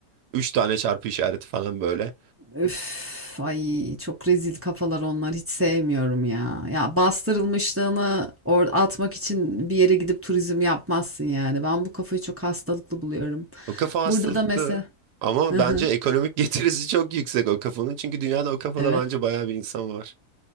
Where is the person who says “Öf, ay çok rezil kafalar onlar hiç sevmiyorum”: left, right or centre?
Right